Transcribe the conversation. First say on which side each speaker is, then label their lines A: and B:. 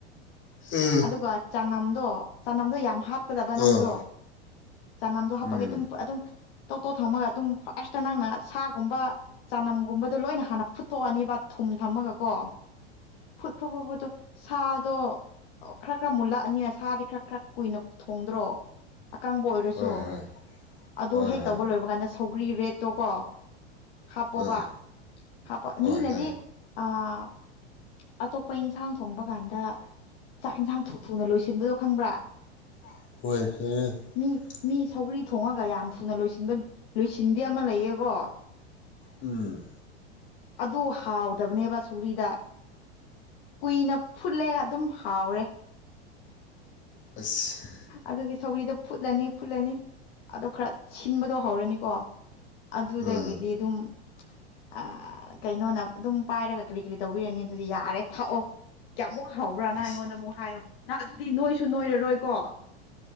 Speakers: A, on the left; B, on the left.
A: ꯎꯝ
B: ꯑꯗꯨꯒ ꯆꯅꯝꯗꯣ ꯆꯅꯝꯗꯣ ꯌꯥꯝ ꯍꯥꯞꯀꯗꯕ ꯅꯪꯗꯣ
A: ꯑꯥ
B: ꯆꯅꯝꯗꯣ ꯍꯥꯞꯄꯒꯤ
A: ꯎꯝ
B: ꯑꯗꯨꯝ ꯑꯗꯨꯝ ꯇꯧ ꯇꯣ ꯊꯝꯃꯒ ꯑꯗꯨꯝ ꯐꯥꯔꯁꯇ ꯅꯪꯅ ꯁꯥꯒꯨꯝꯕ ꯆꯅꯝꯒꯨꯝꯕꯗꯣ ꯂꯣꯏꯅ ꯍꯥꯟꯅ ꯐꯨꯠꯇꯣꯛꯑꯅꯤꯕ ꯊꯨꯝ ꯊꯝꯃꯒ ꯀꯣ ꯐꯨꯠ ꯐꯨ ꯐꯨꯕꯗꯣ ꯁꯥꯗꯣ ꯈꯔ ꯈꯔ ꯃꯨꯜꯂꯛꯑꯅꯤꯅ ꯁꯥꯗꯤ ꯈꯔ ꯈꯔ ꯀꯨꯏꯅ ꯊꯣꯡꯗ꯭ꯔꯣ ꯑꯀꯪꯕ ꯑꯣꯏꯔꯁꯨ
A: ꯍꯣꯏ ꯍꯣꯏ ꯍꯣꯏ
B: ꯑꯗꯣ
A: ꯍꯣꯏ
B: ꯍꯦꯛ
A: ꯍꯣꯏ
B: ꯇꯧꯕ ꯂꯣꯏꯕ ꯀꯥꯟꯗ ꯁꯧꯒ꯭ꯔꯤ ꯔꯦꯠꯇꯣ ꯀꯣ ꯍꯥꯞꯄꯣꯕ
A: ꯑꯥ
B: ꯍꯥꯞꯄ
A: ꯑꯣ
B: ꯃꯤꯅꯗꯤ
A: ꯍꯦ
B: ꯑꯥ ꯑꯇꯣꯞꯄ ꯏꯟꯁꯥꯡ ꯊꯣꯡꯕ ꯀꯥꯟꯗ ꯆꯥꯛ ꯏꯟꯁꯥꯡ ꯊꯨ ꯊꯨꯅ ꯂꯣꯏꯁꯤꯟꯕꯗꯣ ꯈꯪꯕ꯭ꯔꯥ
A: <unintelligible>
B: ꯃꯤ ꯃꯤ ꯁꯧꯒ꯭ꯔꯤ ꯊꯣꯡꯉꯒ ꯌꯥꯝ ꯊꯨꯅ ꯂꯣꯏꯁꯟ ꯂꯣꯏꯁꯤꯟꯕꯤ ꯑꯃ ꯂꯩꯌꯦꯀꯣ
A: ꯎꯝ
B: ꯑꯗꯨ ꯍꯥꯎꯗꯕꯅꯦꯕ ꯁꯨꯒ꯭ꯔꯤꯗ ꯀꯨꯏꯅ ꯐꯨꯠꯂꯦ ꯑꯗꯨꯝ ꯍꯥꯎꯔꯦ
A: ꯑꯁ
B: ꯑꯗꯨꯒꯤ ꯁꯧꯒꯔꯤꯗꯣ ꯐꯨꯠꯂꯅꯤ ꯐꯨꯠꯂꯅꯤ ꯑꯗꯣ ꯈꯔ ꯁꯤꯟꯕꯗꯣ ꯍꯧꯔꯅꯤꯀꯣ ꯑꯗꯨꯗꯒꯤꯗꯤ
A: ꯑꯥ
B: ꯑꯗꯨꯝ ꯑ ꯀꯩꯅꯣꯅ ꯑꯗꯨꯝ ꯄꯥꯏꯔꯒ ꯀꯔꯤ ꯀꯔꯤ ꯇꯧꯕꯤꯔꯅꯤ ꯑꯗꯨꯗꯤ ꯌꯥꯔꯦ ꯊꯥꯛꯑꯣ ꯀꯌꯥꯃꯨꯛ ꯍꯥꯎꯕ꯭ꯔ ꯅ
A: ꯑꯁ
B: ꯑꯩꯉꯣꯟꯗ ꯑꯃꯨꯛ ꯍꯥꯏꯌꯣ ꯅ ꯑꯗꯨꯗꯤ ꯅꯣꯏꯁꯨ ꯅꯣꯏꯔꯔꯣꯏꯀꯣ